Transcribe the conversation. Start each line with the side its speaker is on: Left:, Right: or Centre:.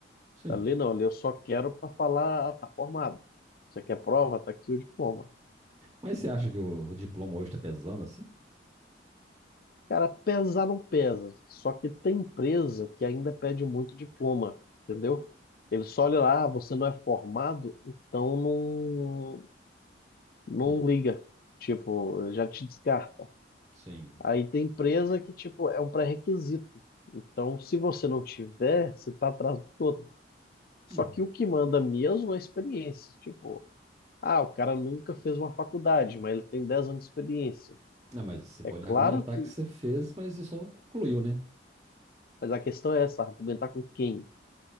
Right: Sim.
Left: Ali não, ali eu só quero para falar, ah, tá formado. Você quer prova? Tá aqui o diploma.
Right: Mas você acha que o, o diploma hoje está pesando assim?
Left: Cara, pesar não pesa. Só que tem empresa que ainda pede muito diploma, entendeu? Ele só olha lá, ah, você não é formado, então não, não
Right: Hum,
Left: liga, tipo, já te descarta.
Right: sim.
Left: Aí tem empresa que, tipo, é um pré-requisito. Então, se você não tiver, você tá atrás dos outros. Só
Right: Ué.
Left: que o que manda mesmo é a experiência. Tipo, ah, o cara nunca fez uma faculdade, mas ele tem 10 anos de experiência.
Right: Não, mas você
Left: É
Right: pode
Left: claro
Right: argumentar
Left: que,
Right: que você fez, mas você só não concluiu, né?
Left: mas a questão é essa, argumentar com quem?